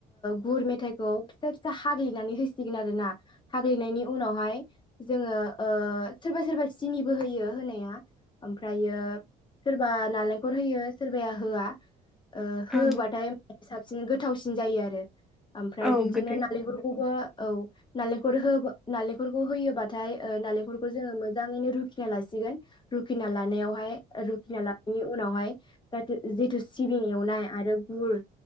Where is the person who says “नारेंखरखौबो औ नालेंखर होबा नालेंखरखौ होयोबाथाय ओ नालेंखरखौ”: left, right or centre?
Left